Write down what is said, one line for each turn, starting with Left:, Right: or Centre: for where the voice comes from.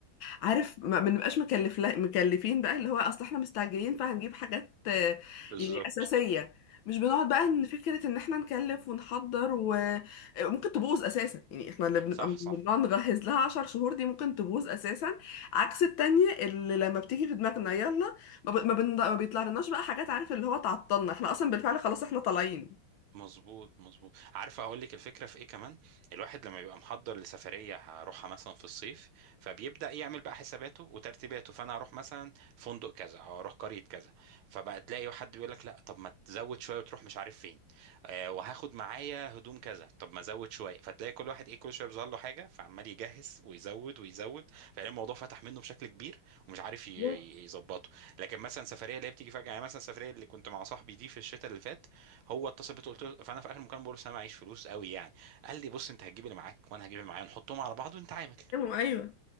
Left: عارف ما ما بنبقاش مكلف لا مكلفين بقى اللي هو اصل احنا مستعجلين فهنجيب حاجات آه،
Right: بالظبط
Left: يعني اساسية مش بنقعد بقى ان فكرة ان احنا نكلف ونحضر وممكن تبوظ اساسا يعني احنا اللي بنبقى
Right: صح صح
Left: بنقعد نجهز لها عشر شهور دي ممكن تبوظ اساسا عكس التانية اللي لما بتيجي في دماغنا يلا ما, ب... ما, بن... ما بيطلع لناش بقى حاجات عارف اللي هو تعطلنا احنا اصلا بالفعل خلاص احنا طالعين
Right: مظبوط مظبوط عارفه اقول لك الفكره في ايه كمان الواحد لما بيبقى محضر لسفريه هروحها مثلا في الصيف فبيبدا يعمل بقى حساباته وترتيباته فانا هروح مثلا فندق كذا او هروح قريه كذا فبقى تلاقي حد بيقول لك لا طب ما تزود شويه وتروح مش عارف فين آه وهاخد معايا هدوم كذا طب ما ازود شويه فتلاقي كل واحد ايه كل شويه بيظهر له حاجه فعمال يجهز ويزود ويزود فلاقي الموضوع فتح منه بشكل كبير ومش عارف ي- ي-
Left: بالظبط.
Right: يظبطه لكن مثلا سفريه اللي هي بتيجي فجاه يعني مثلا السفريه اللي كنت مع صاحبي دي في الشتاء اللي فات هو اتصل بيا قلت له فانا في اخر المكالمه بقول له "أصل انا معيش فلوس قوي يعني قال لي بص انت هتجيب اللي معاك وانا هجيب اللي معايا نحطهم على بعض ونتعامل
Left: ايوه